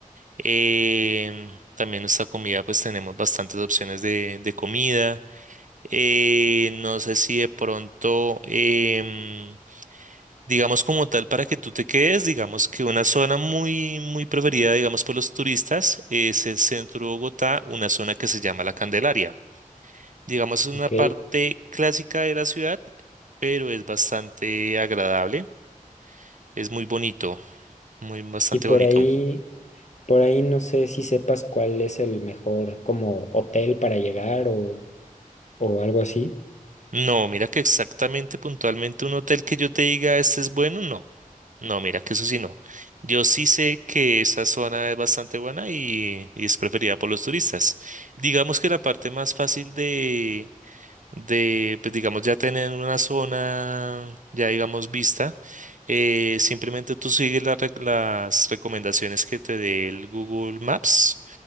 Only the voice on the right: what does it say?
Em, también nuestra comida, pues tenemos bastantes opciones de, de comida. Eh, no sé si de pronto, em, digamos como tal, para que tú te quedes, digamos que una zona muy, muy preferida, digamos, por los turistas es el centro de Bogotá, una zona que se llama La Candelaria digamos, es una
parte clásica de la ciudad, pero es bastante agradable. Es muy bonito, muy bastante
bonito.
No, mira que exactamente puntualmente un hotel que yo te diga este es bueno, no. No, mira que eso sí no. Yo sí sé que esa zona es bastante buena y, y es preferida por los turistas. Digamos que la parte más fácil de, de, pues digamos, ya tener una zona, ya digamos, vista, eh, simplemente tú sigues la rec- las recomendaciones que te dé el Google Maps